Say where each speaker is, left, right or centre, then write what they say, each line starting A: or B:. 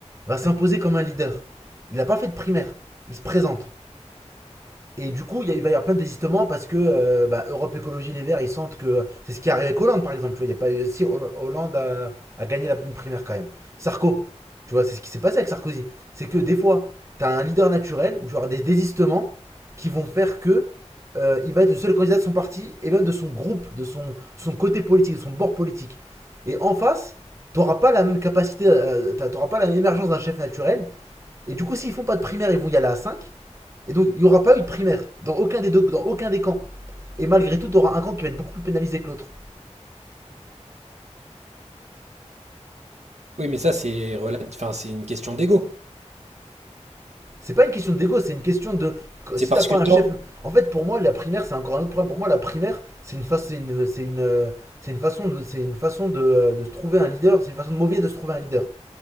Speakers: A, on the right (about 25°); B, on the right (about 70°).
A: va s'imposer comme un leader. Il n'a pas fait de primaire. Il se présente. Et du coup, il y a- il va y avoir plein de désistements parce que euh, bah, Europe Écologie Les Verts, ils sentent que c'est ce qui arrive arrivé avec Hollande, par exemple. Tu vois, il y a pas eu- si Hollande a, a gagné la une primaire quand même. Sarko, tu vois, c'est ce qui s'est passé avec Sarkozy. C'est que des fois, tu as un leader naturel ou auras des désistements qui vont faire que euh, il va être le seul candidat de son parti et même de son groupe, de son, son côté politique, de son bord politique. Et en face, tu n'auras pas la même capacité, euh, tu n'auras pas l'émergence d'un chef naturel. Et du coup, s'ils font pas de primaire, ils vont y aller à 5. Et donc, il n'y aura pas eu de primaire dans aucun des, deux, dans aucun des camps. Et malgré tout, tu auras un camp qui va être beaucoup plus pénalisé que l'autre.
B: Oui, mais ça, c'est relat- enfin, c'est une question d'ego.
A: C'est pas une question d'ego, c'est une question de
B: C'est
A: si
B: parce
A: t'as pas
B: que toi...
A: un chef. En fait, pour moi, la primaire, c'est encore un autre problème. Pour moi, la primaire, c'est une, fa... c'est une, c'est une, c'est une façon, de, c'est une façon de, de se trouver un leader, c'est une façon de mauvais de se trouver un leader.